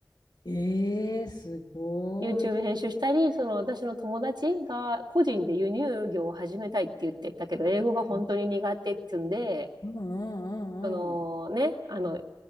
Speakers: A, on the left (about 75°); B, on the right (about 75°).
A: ええー、すごい。
B: YouTube 編集したり、その私の友達が個人で輸入業を始めたいって言ってたけど、
A: あ、
B: 英語が本当に苦手っつうんで、
A: あうんうん
B: そのね、
A: うんうん。
B: あの、